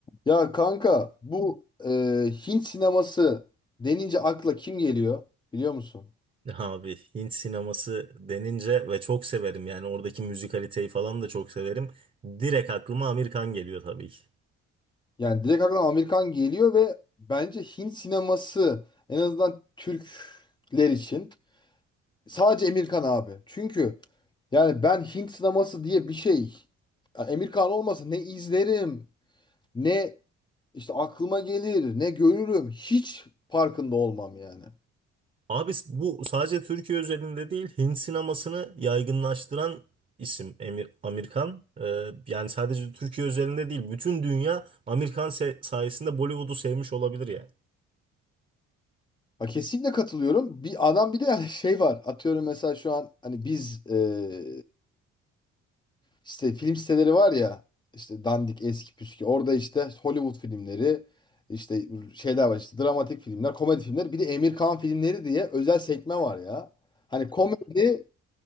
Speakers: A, on the left; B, on the right.
A: Ya kanka bu e, Hint sineması denince akla kim geliyor biliyor musun?
B: Abi Hint sineması denince ve çok severim yani oradaki müzikaliteyi falan da çok severim. Direkt aklıma Amir Khan geliyor tabii ki.
A: Yani direkt akla Amerikan geliyor ve bence Hint sineması en azından Türkler için sadece Emirkan abi. Çünkü yani ben Hint sineması diye bir şey ya Emirkan olmasa ne izlerim ne işte aklıma gelir ne görürüm hiç farkında olmam yani.
B: Abi bu sadece Türkiye özelinde değil Hint sinemasını yaygınlaştıran isim Emir, Amir Khan. Ee, yani sadece Türkiye özelinde değil bütün dünya Amir Khan se- sayesinde Bollywood'u sevmiş olabilir yani.
A: Ha, kesinlikle katılıyorum. Bir adam bir de yani şey var. Atıyorum mesela şu an hani biz eee, işte film siteleri var ya işte dandik eski püskü orada işte Hollywood filmleri işte şeyler var işte dramatik filmler, komedi filmler bir de Emir Kağan filmleri diye özel sekme var ya. Hani komedi,